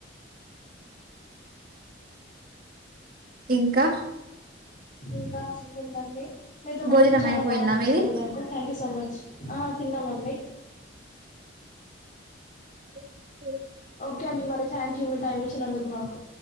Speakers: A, on the right (about 50°); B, on the left (about 40°).
A: ఇంకా
B: ఇంకా ఏం ఉందండి మీతో మాటలు
A: భోజనం
B: చాలా
A: అయిపోయిందా
B: బాగా అనిపించిందండి
A: మీది
B: నాకు థ్యాంక్ యూ సో మచ్ ఆ తిన్నామండి
A: ఉ ఉ
B: ఓకే అండి మరి థ్యాంక్యూ మీ టైం ఇచ్చినందుకు మాకు